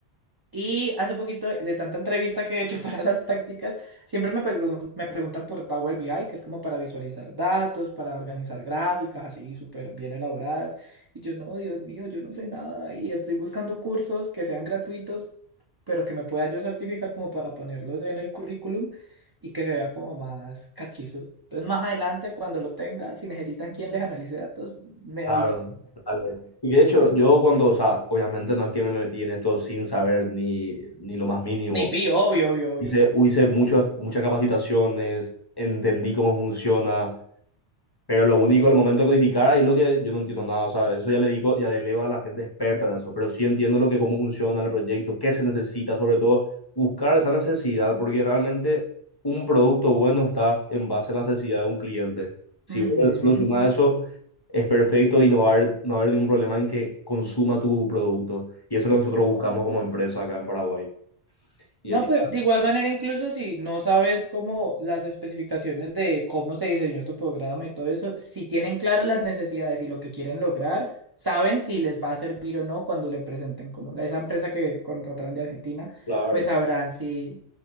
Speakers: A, on the right (about 30°); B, on the left (about 25°).
A: Y hace poquito, de tanta entrevista que he hecho <laughs> para las prácticas, siempre me, pregun- me preguntan por Power BI, que es como para visualizar datos, para organizar gráficas así súper bien elaboradas. Y yo, no, Dios mío, yo no sé nada y estoy buscando cursos que sean gratuitos, pero que me pueda yo certificar como para ponerlos en el currículum y que se vea como más cachizo. Entonces, más adelante, cuando lo tenga, si necesitan quien les analice datos, me
B: Claro,
A: avisa.
B: vale. Y de hecho, yo cuando, o sea, obviamente no es que me metí en esto sin saber ni, ni lo más mínimo.
A: Ni pi, obvio, obvio, obvio.
B: Hice, hice muchas, muchas capacitaciones, entendí cómo funciona Pero lo único, el momento de codificar, ahí lo que yo no entiendo nada, o sea, eso ya le digo, ya le leo a la gente experta en eso, pero sí entiendo lo que, cómo funciona el proyecto, qué se necesita, sobre todo buscar esa necesidad, porque realmente un producto bueno está en base a la necesidad de un cliente. Si
A: Ujú.
B: vos le- solo sumás eso, es perfecto y no va a haber, no va a haber ningún problema en que consuma tu producto. Y eso es lo que nosotros buscamos como empresa acá en Paraguay. Y
A: No,
B: el día,
A: pues de igual manera, incluso si no sabes cómo las especificaciones de cómo se diseñó tu programa y todo eso, si tienen claro las necesidades y lo que quieren lograr, saben si les va a servir o no cuando le presenten como la- esa empresa que contrataron de Argentina,
B: claro.
A: pues sabrán si,